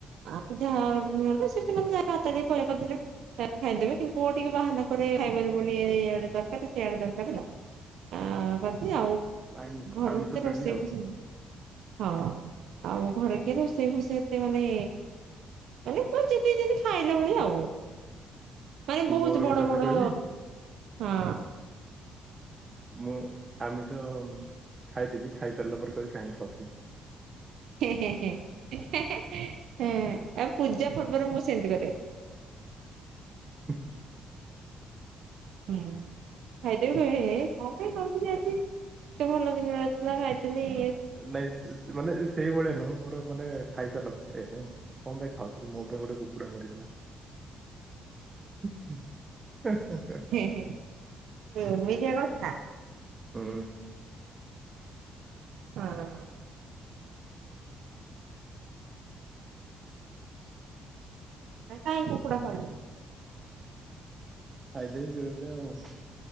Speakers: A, on the right; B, on the right.
A: ଆ ଯା ମ ସେ ସେମାନେ <unintelligible> ହାତ ଦେଇ ପଳେଇ କରିଥିଲେ। ଖା ଖାଇ ଦେବେ କିନ୍ତୁ ପୁଅ ଟିକେ ବାହାନା କରେ ଖାଇବନି ବୋଲି ଏ ଇଆଡେ ଦରକାର ସେଇଆଡେ ଦରକାର ହେଲା। ଆ କଧେ ଆଉ
B: ନାଇଁ
A: ଭରେ
B: ଆମିଷ
A: ଭିତେ
B: ପ୍ରେମୀ
A: ରୋଷେଇ
B: ଆଉ
A: ପସେନି ହଁ। ଆଉ ଘର କେ ରୋଷେଇ ଫୁସେଇ ଏତେ ମାନେ ମାନେ ପାଞ୍ଚତେଦିନ ଖାଇଲା ଭଳି ଆଉ ପାଏ ବହୁତ
B: ମୋର
A: ବଡ଼
B: ଗୋଟେ କଥା
A: ବଡ଼
B: କହିବି
A: ହଁ।
B: ମୁଁ ଆମିଷ ଉଁ ଖାଇଦେବି ଖାଇସାରିଲା ପରେ କହିଇ କାହିଁକି ଖାଉଥିନି।
A: ଆଉ ପୂଜା ପର୍ବରେ ମୁଁ ସେମିତି କରେ।
B: <unintelligible>
A: ହୁଁ ଖାଇଦେବି କଇବି ହେ କଣ ପାଇଁ ଖାଉଥିବି ଆଜି। ତେ ଭଲ ଜିନିନ ନଥଲା ଖାଇତେ ନେ଼ଇ
B: ନାଇଁ ସ ମାନେ ସେ ସେଇଭଳିଆ ନୁହଁ ମୋର ମାନେ ଖାଇସାରିଲା ପରେ କଣ ପାଇଁ ଖାଉଥିଲି ମୋ ପାଇଁ ଗୋଟେ କୁକୁଡ଼ା ମରିଗଲା। ହଁ ହଁ ହଁ।
A: ଏ ଏମିଡିଆ କଛା।
B: ହୁଁ।
A: ହଁ। ନା କାଇଁ କୁକୁଡ଼ା ଖାଉଛ।
B: ଖାଇଦିଏ ବେଳେ ବେଳେ ଆଉ